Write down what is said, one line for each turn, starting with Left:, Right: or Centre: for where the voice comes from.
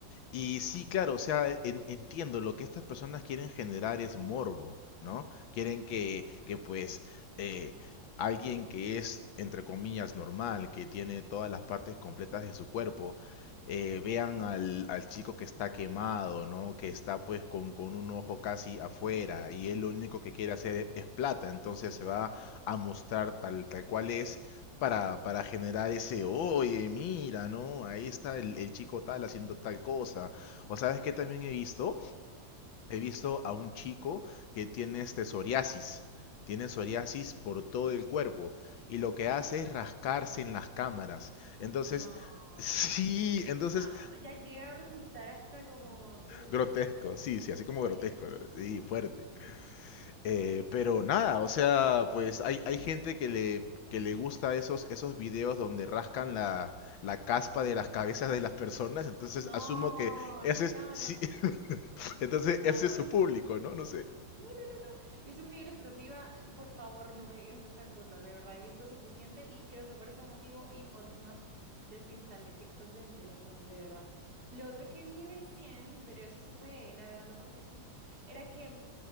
Left: Y sí, claro, o sea, e, en- entiendo, lo que estas personas quieren generar es morbo, ¿no? Quieren que, que pues, eh, alguien que es, entre comillas, normal, que tiene todas las partes completas de su cuerpo, eh, vean al, al chico que está quemado, ¿no? Que está pues con, con un ojo casi afuera y él lo único que quiere hacer es plata, entonces se va a mostrar tal, tal cual es para, para generar ese, oye, mira, ¿no? Ahí está el, el chico tal haciendo tal cosa. O sabes que también he visto, he visto a un chico que tiene este psoriasis, tiene psoriasis por todo el cuerpo y lo que hace es rascarse en las cámaras. Entonces,
Right: No,
Left: <laughs> sí, entonces,
Right: no, ya llega a resultar hasta como de,
Left: grotesco,
Right: "Buah, no
Left: sí, sí, así como
Right: sé.
Left: grotesco, ¿no? sí, fuerte. Eh, pero nada, o sea, pues hay, hay gente que le, que le gusta esos, esos videos donde rascan la, la caspa de las cabezas de las personas, entonces
Right: No,
Left: asumo que ese es,
Right: no,
Left: sí,
Right: no,
Left: <laughs>
Right: no,
Left: entonces
Right: por favor.
Left: ese es su público,
Right: <laughs>
Left: ¿no? No sé.
Right: No, no, no. no. Yo soy muy ilustrativa, por favor no me digas esas cosas, de verdad he visto suficiente y creo que por ese motivo y otros más desinstalé TikTok de mi teléfono, de verdad. Lo otro que vi recién, pero eso sí fue navegando por Facebook, era que